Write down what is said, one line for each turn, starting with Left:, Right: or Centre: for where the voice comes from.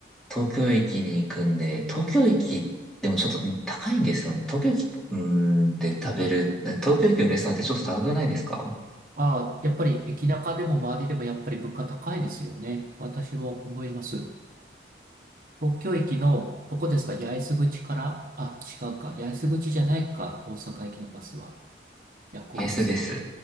Centre: 東京駅に行くんで、東京駅、でもちょっと高いんですよね。東京駅、うーん、で食べる、東京駅のレストランってちょっと高くないですか
Right: ああ、やっぱり駅中でも周りでもやっぱり物価高いですよね。私も思います。東京駅の、どこですか八重洲口から、あ、違うか。八重洲口じゃないか。大阪駅のバスは。夜行バス。
Centre: 安です。